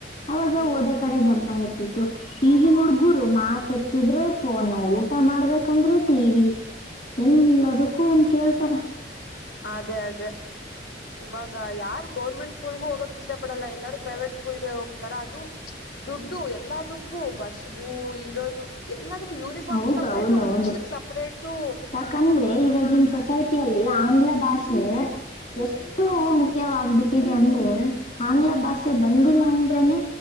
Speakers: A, on the left (about 45°); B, on the left (about 85°).
A: ಅವಾಗ
B: ಹ್ಮ್
A: ಓದೋ ಕಡೆ ಗಮನ ಇರ್ತಿತ್ತು ಈಗ ನುಡ್ಗುರು ಮಾತ್ ಎತ್ತಿದ್ರೆ ಫೋನ್ ನೋವು ಊಟ ಮಾಡ್ಬೇಕಂದ್ರೆ ಟಿ ವಿ ಎಲ್ಲದಕ್ಕೂ ಒಂದು ಕೇಳ್ತಾರೆ
B: ಅದೇ ಅದೇ ಇವಾಗ ಯಾರ್ ಗೌರ್ಮೆಂಟ್ ಸ್ಕೂಲ್ಗು ಹೋಗಕ್ ಇಷ್ಟಪಡಲ್ಲ ಎಲ್ಲರೂ ಪ್ರೈವೇಟ್ ಸ್ಕೂಲ್ಗೆ ಹೋಗ್ತಾರ ಅದು ದುಡ್ಡು ಎಲ್ಲದಕ್ಕೂ ಬಸ್ಗು ಇರೋದು ಎಲ್ಲದಕ್ಕೂ ಯೂನಿಫಾರ್ಮ್
A: ಹೌದ
B: ಸಪ್ರೇಟು
A: ಹೌದ ಹೌದು
B: ಬುಕ್ಸಿಗೆ ಸಪ್ರೇಟು
A: ಯಾಕಂದ್ರೆ ಇವಾಗಿನ್ ಸೊಸೈಟಿ ಲ್ಲಿ ಆಂಗ್ಲ ಭಾಷೆ ಎಷ್ಟು ಮುಖ್ಯವಾಗಬಿಟ್ಟಿದೆ ಅಂದ್ರೆ ಆಂಗ್ಲ
B: ಹ್ಮ್
A: ಭಾಷೆ ಬಂದಿಲ್ಲ ಅಂತ ಆದ್ರ